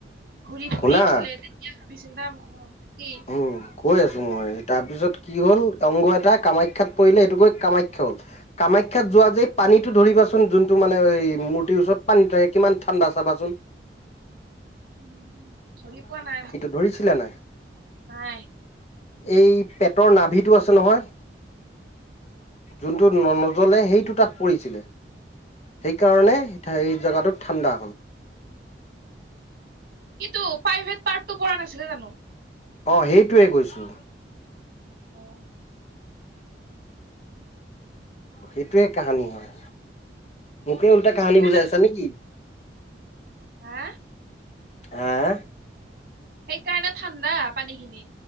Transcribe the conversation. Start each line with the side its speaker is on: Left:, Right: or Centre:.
Right: ঘুৰি ফুৰি
Left: শুনা
Right: আছিলে তেতিয়া ভাবিচিল না <unintelligible> কি
Left: উম কৈ আছো মই, তাৰপিছত কি হ'ল, অংগ এটা কামাখ্যাত পৰিলে, সেইটো গৈ কামাখ্যা হল। কামাখ্যাত যোৱা যে, এই পানীটো ধৰিবাচোন, যোন টো মানে এই মূৰ্তিৰ ওচৰত পানী থাকে, কিমান ঠাণ্ডা চাবাচোন।
Right: উম ধৰি পোৱা নাই।
Left: ধৰিছিলা নাই?
Right: নাই।
Left: এই পেটৰ নাভিটো আছে নহয়। যোনটো নজ্বলে সেইটো তাত পৰিছিলে। সেইকাৰণেই সেই জেগাটো ঠাণ্ডা।
Right: কিন্তু প্ৰাইভেট পাৰ্টটো পৰা নাছিলে জানো?
Left: অ', হেইটোৱে কৈছো।
Right: অ'।
Left: সেইটোৱে কাহানী হয়, মোকে উল্টা
Right: সেইকাৰণে
Left: কাহানি বুজাই আছা নেকি?
Right: হা?
Left: হা?
Right: সেইকাৰণে ঠাণ্ডা পানীখিনি।